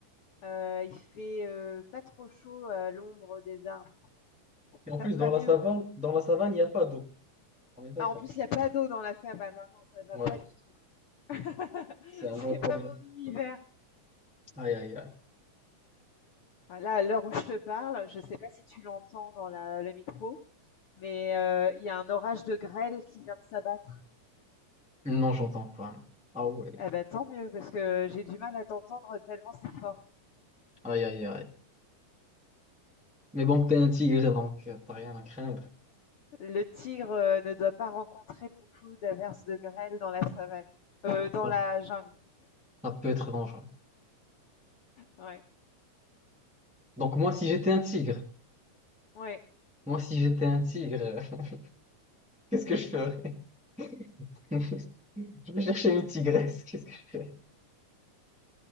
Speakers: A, on the left; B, in the centre.
A: Heu, il fait, heu, pas trop chaud à l'ombre des arbres.
B: Et
A: Ça
B: en plus,
A: me va
B: dans la
A: mieux.
B: savane, dans la savane, il n'y a pas d'eau. On est d'accord.
A: Ah, en plus, il y a pas d'eau dans la savane, ah non, ça me va
B: Ouais,
A: pas du tout. <laughs>
B: c'est un
A: C'est
B: vrai problème.
A: pas mon univers.
B: Aïe, aïe, aïe.
A: Ah là, à l'heure où je te parle, je ne sais pas si tu l'entends dans la le micro, mais heu, il y a un orage de grêle qui vient de s'abattre.
B: Non, j'entends pas. Ah ouais.
A: Eh ben tant mieux parce que j'ai du mal à t'entendre tellement c'est fort.
B: Aïe, aïe, aïe. Mais bon, t'es un tigre, donc euh, t'as rien à craindre.
A: Le tigre, heu, ne doit pas rencontrer beaucoup d'averses de grêle dans la savane, heu, dans
B: Ça,
A: la jungle.
B: ça peut être dangereux.
A: Ouais,
B: Donc moi, si j'étais un tigre,
A: ouais.
B: moi, si j'étais un tigre, euh, <laughs> qu'est-ce que je ferais? <laughs> Je vais chercher une tigresse. Qu'est-ce que je fais?